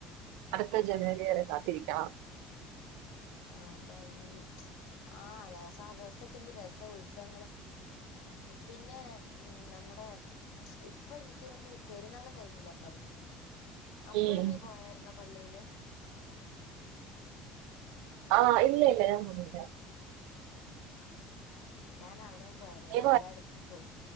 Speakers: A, on the right; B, on the left.
A: അടുത്ത
B: ആഹ്
A: ജനുവരി വരെ കാത്തിരിക്കണം.
B: ആ അതാ ഇനി ആ ദിവസൊ ദിവസൊക്കെ എന്ത് രസാ ഉത്സവങ്ങള് പിന്നെ മ് നമ്മു അ ഇപ്പൊ എനിക്ക് തോന്നുന്നേ പെരുന്നാളും കഴിഞ്ഞില്ലായിരുന്നോ? അപ്പഴും
A: ഉം
B: നീ പോയായിരുന്നോ പള്ളിയില്
A: ആഹ് ഇല്ല ഇല്ല ഞാൻനിന്നില്ല
B: ആ ഞാൻ അവിടേം പോയാരുന്നു,
A: നീ
B: ഞാൻ എല്ലായിടത്തും പോവും.